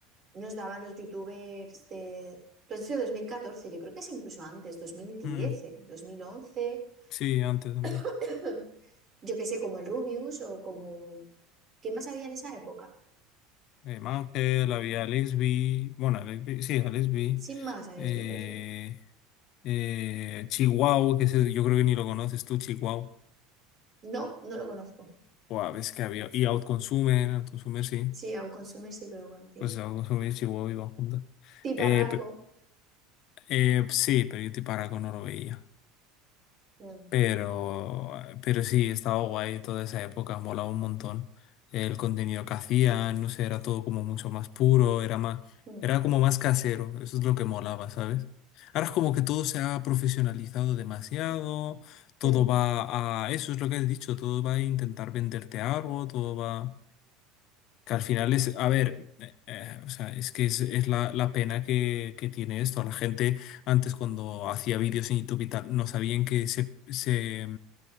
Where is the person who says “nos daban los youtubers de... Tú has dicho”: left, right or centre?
Right